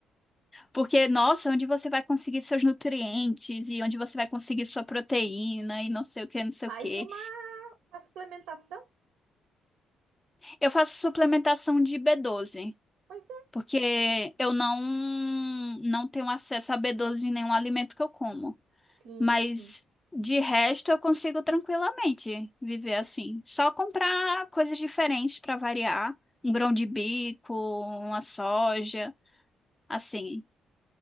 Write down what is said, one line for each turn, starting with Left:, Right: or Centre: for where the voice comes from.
Left: Porque, nossa, onde você vai conseguir seus nutrientes e onde você vai conseguir sua proteína e não sei o que, não sei
Right: Faz
Left: o que.
Right: uma, uma suplementação?
Left: Eu faço suplementação de B12,
Right: Pois é.
Left: porque eu não, não tenho acesso a B12 em nenhum alimento que eu como.
Right: Sim,
Left: Mas,
Right: sim.
Left: de resto, eu consigo tranquilamente viver assim. Só comprar coisas diferentes para variar. Um grão de bico, uma soja, assim.